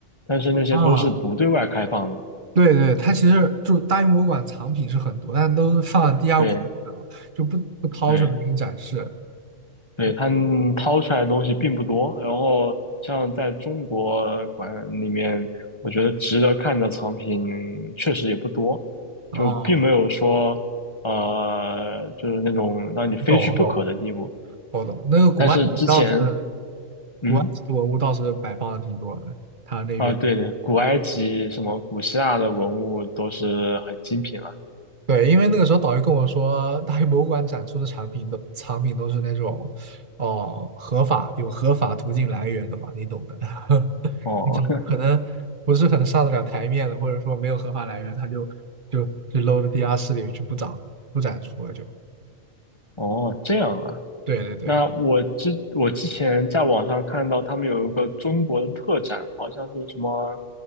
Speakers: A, on the left (about 20°); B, on the right (about 40°).
A: 但是那些都是不对外开放的。
B: 啊，对对，它其实就大英博物馆藏品是很多，但都是放在地下库里的啊就不不掏出来给你展示。
A: 对对，对，
B: 对，
A: 他们掏出来的东西并不多，然后像在中国馆里面，我觉得值得看的藏品确实也不多，
B: 啊，
A: 就并没有说呃，就是那种让你非去不可的地步。
B: 我懂我懂我懂，那个古埃及倒是
A: 但是之前，嗯，
B: 古埃及的文物倒是摆放的挺多的，他那边。
A: 啊，对对，古埃及什么古希腊的文物都是很精品了。
B: 对，因为那个时候导游跟我说，大英博物馆展出的产品都藏品都是那种，哦，合法有合法途径来源的嘛，你懂的，<laughs>
A: 哦
B: 那种可能不是很上得了台面的，或者说没有合法来源，他就就就搂 o 地下室里面去不展不展出了就，
A: <laughs> 哦，这样啊。
B: 对对对，
A: 那我之我之前在网上看到他们有一个中国的特展，好像是什么，